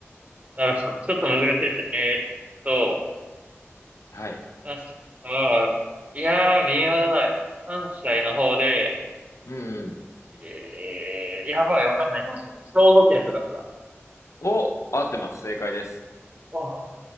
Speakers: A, on the right; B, on the left.
A: ー、なるほど。ちょっと難しいですね。えーっと、
B: うはい。
A: 確か、いやー、微妙だな。関西の方で、
B: うんうん。
A: えー、やばい、わかんないかもしれないです。兵庫県とかですか
B: お、合ってます。正解です。
A: あ